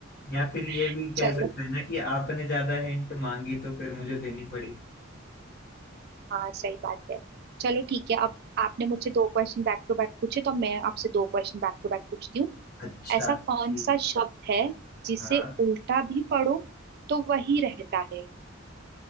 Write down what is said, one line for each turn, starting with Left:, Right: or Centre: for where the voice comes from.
Left: या फिर ये
Right: <laughs>
Left: भी कह
Right: चलो
Left: सकते हैं ना कि आपने ज्यादा हिंट मांगी तो फिर मुझे देनी पड़ी
Right: हाँ सही बात है चलो ठीक है अब आपने मुझसे दो क्वेश्चन बैक टू बैक पूछे तो अब मैं आपसे दो क्वेश्चन बैक टू बैक पूछती हूँ
Left: अच्छा
Right: ऐसा कौन
Left: ठीक
Right: सा शब्द है जिसे
Left: हाँ
Right: उल्टा भी पढ़ो तो वही रहता है